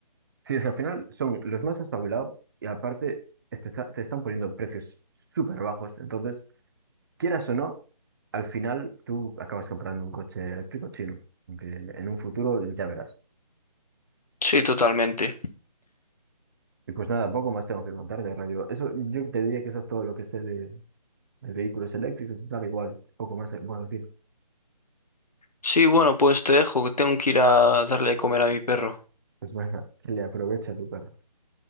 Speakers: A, on the right (about 30°); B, on the left (about 70°).
A: Sí, es que al final son los más espabilados y aparte es que está- te están poniendo precios súper bajos. Entonces, quieras o no, al final tú acabas comprando un coche eléctrico chino. Aunque en un futuro ya verás.
B: sí, totalmente.
A: Y pues nada, poco más tengo que contar de rayo. Eso, yo te diría que eso es todo lo que sé de, de vehículos eléctricos, tal igual, poco más te puedo decir.
B: Sí, bueno, pues te dejo, que tengo que ir a darle de comer a mi perro.
A: Pues venga, <laughs> que le aprovecha tu perro.